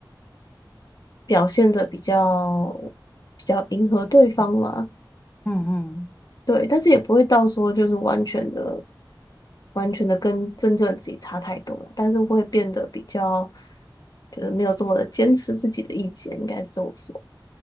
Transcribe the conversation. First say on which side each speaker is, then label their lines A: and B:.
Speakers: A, on the left (about 50°); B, on the left (about 20°).
A: 表现的比较比较迎合对方嘛。
B: 嗯嗯嗯
A: 对，但是也不会到说就是完全的、完全的跟真正的自己差太多了，但是会变得比较就是没有这么的坚持自己的意见，应该是这么说。